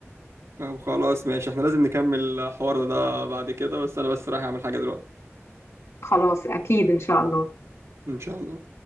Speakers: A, on the right; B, on the left.
A: طب خلاص ماشي احنا لازم نكمل حوارنا ده بعد كده بس انا بس رايح اعمل حاجه دلوقتي
B: خلاص أكيد إن شاء الله
A: ان شاء الله